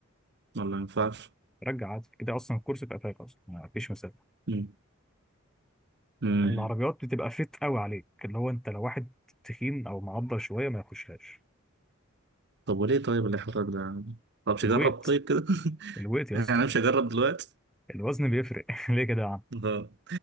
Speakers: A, on the right (about 55°); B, in the centre.
A: ولا ما ينفعش؟
B: رجع عادي كده اصلا الكرسي في قفاك اصلا ما فيش مسافه
A: امم امم
B: العربيات بتبقى فيت قوي عليك اللي هو انت لو واحد تخين او معضل شويه ما يخشهاش
A: طب وليه طيب الإحراج ده يعني؟ طب مش
B: الويت
A: أجرب طيب كده
B: الويت يا
A: <laughs>
B: اسطى
A: يعني مش هجرب دلوقتي
B: الوزن بيفرق <laughs> ليه كده يا عم
A: اه